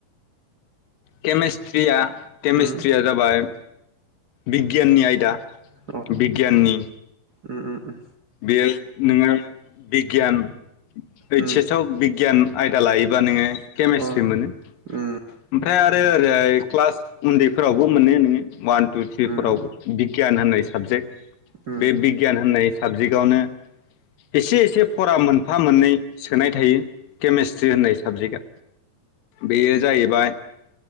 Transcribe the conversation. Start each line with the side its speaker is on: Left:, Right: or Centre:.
Left: केमेस्ट्रिया केमिस्ट्रिया
Right: उम
Left: जाबाय बिगियाननि आयदा।
Right: अ
Left: बिगियाननि
Right: उम उम उम।
Left: बेयो नोङो बिगियान ओइत
Right: उम
Left: चेसआव बिगियान आयदा लायोबा नोङो केमिस्ट्रि
Right: अ
Left: मोनो
Right: उम
Left: ओमफ्राय आरो ओरै ओमफ्राय क्लास उन्दैफोरावबो मोनो नोङो। वान टु थ्रिफोराव
Right: उम
Left: बिगियान होननाय साबजेक्ट
Right: अ
Left: बे बिगियान होननाय साबजेक्टआवनो एसे एसे फरा मोनफा मोननै सोनाय थायो केमेस्ट्रि होननाय साबजेक्टआ बेयो जाहैबाय